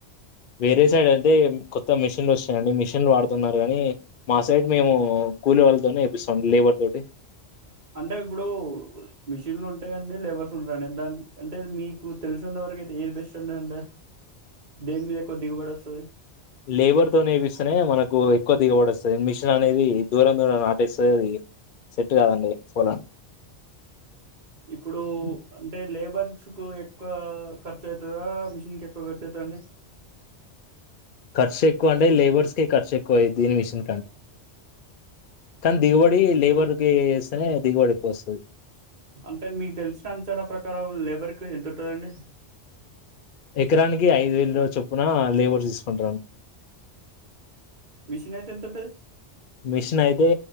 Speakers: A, on the left; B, on the right.
A: వేరే సైడ్ అయితే కొత్త. కోత్త మిషన్లు వస్తున్నాయి అండి మిషిన్లు వాడుతున్నారు కానీ మా సైడ్ మేము కూలీ వాళ్ళతోనే చేపిస్తామండి లేబర్ తోటి
B: అంటే ఇప్పుడు మిషిన్లు ఉంటాయండి లేబర్స్ ఉంటాయండి. దాని అంటే మీకు తెలిసినంతవరకు అయితే ఏది బెస్ట్ ఉన్నాయి అంటే దేని మీద ఎక్కువ దిగుబడి వస్తది.
A: లేబర్ తో నేపిస్తేనే మనకు ఎక్కువ దిగబడి వస్తది మిషన్ అనేది దూరం దూరం నాటేస్తది. అది సెట్ కాదండి ఫోలానికి.
B: ఇప్పుడు అంటే లేబర్స్ కు ఎక్కువ ఖర్చు అయితదా. మిషన్ కి ఎక్కువ ఖర్చు అయితదా అండి.
A: ఖర్చు ఎక్కువ అంటే లేబర్స్కే ఖర్చు ఎక్కువగా అయిది దీని మిషన్ కంటే కానీ దిగుబడి లేబర్కి ఇస్తేనే దిగుబడి ఎక్కువ వస్తది.
B: అంటే మీకు తెలిసిన అంచనా ప్రకారం లేబర్కి ఎంత ఉంటదండి.
A: ఎకరానికి ఐదు వేల చొప్పున లేబర్స్ తీసుకుంటారు.
B: మిషన్ అయితే ఎంత ఉంటది.
A: మిషన్ అయితే